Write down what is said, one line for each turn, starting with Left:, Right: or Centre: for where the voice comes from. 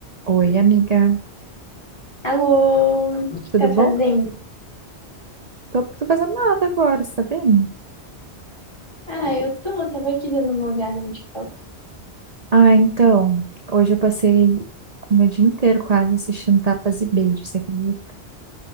Right: Oi, amiga,
Left: Alô, o que
Right: tudo
Left: tá
Right: bom?
Left: fazendo?
Right: Tô, tô fazendo nada agora, você tá bem?
Left: Ah, eu tô, tava aqui dando uma olhada no TikTok.
Right: Ah, então, hoje eu passei o meu dia inteiro quase assistindo Tapas e Beijos, você acredita?